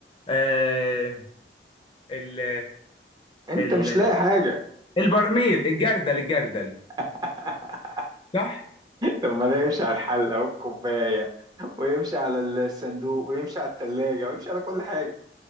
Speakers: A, on the left (about 30°); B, on the right (about 20°).
A: آه... ال...
B: أنت
A: ال...
B: مش لاقي حاجة
A: البرميل الجردل الجردل
B: <laughs>
A: صح
B: طب ما ده يمشي على الحلة والكوباية ويمشي على الصندوق ويمشي على التلاجة ويمشي على كل حاجة